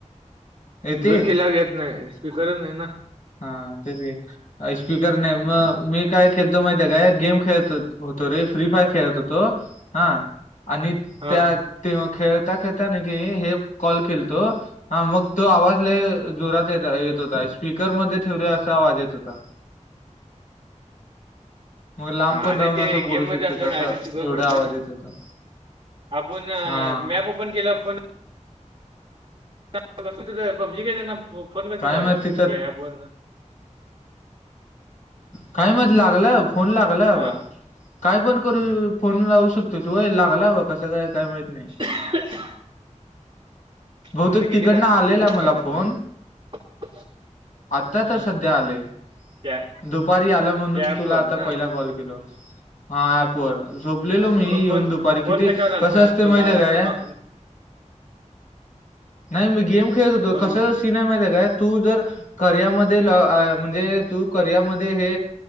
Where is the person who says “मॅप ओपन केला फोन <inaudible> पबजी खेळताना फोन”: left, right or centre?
Right